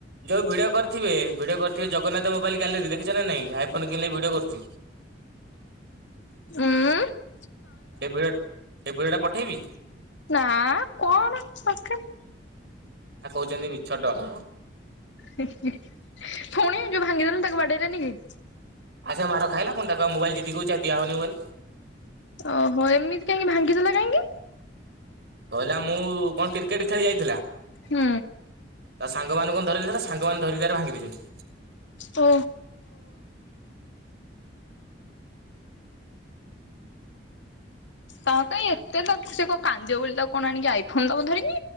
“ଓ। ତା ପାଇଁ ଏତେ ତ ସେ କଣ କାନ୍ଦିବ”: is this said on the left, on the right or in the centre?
Left